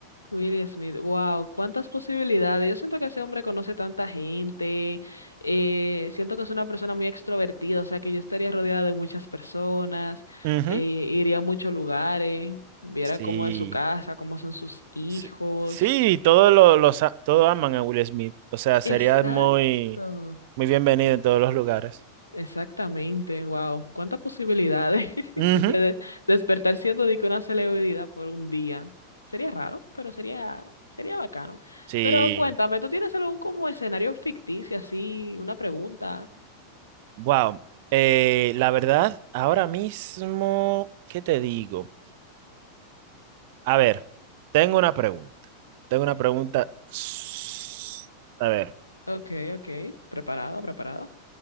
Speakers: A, on the left; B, on the right.
A: Will Smith, wow, cuántas posibilidades. Yo siento que ese hombre conoce tanta gente, eh, siento que es una persona muy extrovertida, o sea que yo estaría rodeada de muchas personas,
B: Ujú.
A: eh, iría a muchos lugares, viera
B: Sí.
A: cómo es su casa, cómo son sus hijos.
B: Sí, sí, todos lo- los, a- todos aman a Will Smith. O sea, sería
A: Exacto.
B: muy, muy bienvenido en todos los lugares.
A: Exactamente, wow. ¿Cuántas posibilidades <laughs>
B: Ujú.
A: de de- despertar siendo de que una celebridad por un día? Sería raro, pero sería, sería bacano.
B: Sí.
A: Pero cuéntame, ¿tú tienes algún como escenario ficticio así, una pregunta?
B: Wow. Eh, la verdad, ahora mismo, ¿qué te digo? A ver, tengo una pregunta. Tengo una pregunta. s- A ver,
A: Ok, ok. Preparada, preparada.